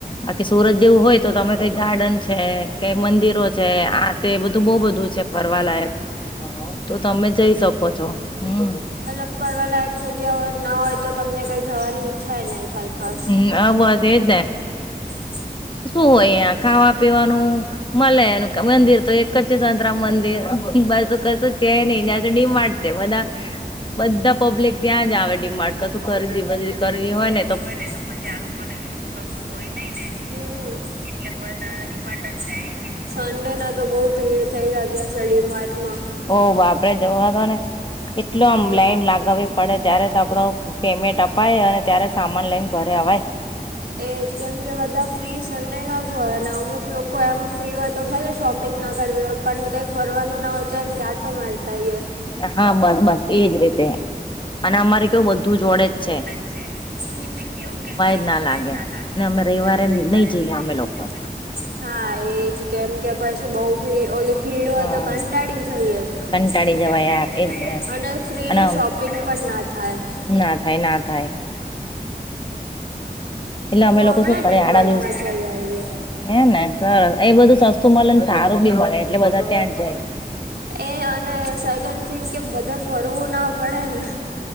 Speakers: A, on the left; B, on the right.
A: બાકી સુરત જેવું હોય તો તમે કઈ ગાર્ડન છે કઈ મંદિરો છે આ તે બધું બઉ બધું છે. ફરવા લયક તો તમે જઈ શકો છો હમ.
B: <unintelligible> ફરવા લાયક જગ્યા ના હોય તો તમને કંઈ જવાની ઈચ્છાાય નહી થાય ખાસ
A: હમ આ બસ એજ ને
B: <unintelligible>
A: શું હોય અહિયા ખાવા પીવાનું મલે <unintelligible> મંદિર તો એક જ સંતરામ મંદિર બસ કશું છે નહી ત્યાં તો ડિમાર્ટ છે બધા બધા પબ્લિક ત્યાં જ આવે ડિમાર્ટ કશું ખરીદી બરીદી કરવી હોય ને
B: હોયને તો પછી આ લોકોને બી શું કશું હોય નઈ ને એટલે બધા ડીમાટ જ જાય. સંડે ના તો બહુ ભીડ થઈ જતી સડીમાટમાં.
A: ઓહ બાપડે જોવા તો ને એટલ આમ
B: એ
A: લાઈન લાગવી પડે ત્યારે તો આપડો પેમેન્ટ અપાય અને ત્યારે સામાન લઈને ઘરે અવાય
B: એજ કેમ કે બધા ફ્રી સન્ડે ના જ હોય, અને અમુક લોકો એમ ફ્રી હોય તો ભલે શોપિંગ ના કરવી હોય, પણ કઈ ફરવાનું ના હોય તો ક્યારે આટો મારતા આઈએ
A: હા બસ બસ એજ રીતે અને અમારે કેવું બધું જોડે જ છે.
B: <unintelligible> એટલે કેવું કે કઈ
A: જ
B: નવાય ના લાગે
A: ને અમે રવિવારે
B: પરિવારે
A: નહી જઈએ
B: લઈ
A: અમે
B: જ
A: લોકો.
B: આપેલો હા, એજ કેમ કે પછ શું બઉ ભી ઓલી ભીડ હોય
A: હા
B: તો કંટાળી જઈએ.
A: કંટાળી
B: <unintelligible>
A: જવાય યાર એજ ને
B: અને ફ્રીલી
A: અને
B: શોપિંગ પણ ના થાય
A: ના થાય ના થાય એટલે
B: હું
A: અમે
B: હમણાં
A: લોકો શું કરે
B: ડીમાર્ટમાં
A: આડા દિવસે
B: જઈ આવી.
A: હેને હ એ બધું સસ્તું મળે ને સારું બી મળે એટલે બધા ત્યાં જ જાય.
B: એ અને સેકન્ડ થિંગ કે બધે ફરવું ના પડે ને.